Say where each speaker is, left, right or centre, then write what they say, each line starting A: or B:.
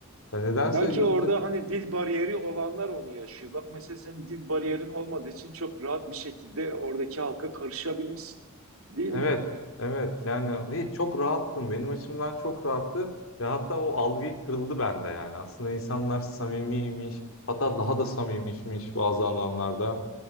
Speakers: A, on the left (about 70°); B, on the right (about 85°).
A: Ya nedense
B: Sanki
A: yurt
B: orada
A: dışı...
B: hani dil bariyeri olanlar onu yaşıyor. Bak mesela senin dil bariyerin olmadığı için çok rahat bir şekilde oradaki halka karışabilmişsin. Değil
A: Evet,
B: mi?
A: evet yani hi- çok rahattım. Benim açımdan çok rahattı. Ve hatta o algıyı kırıldı bende yani. Aslında insanlar samimiymiş. Hatta daha da samimiymiş bazı alanlarda.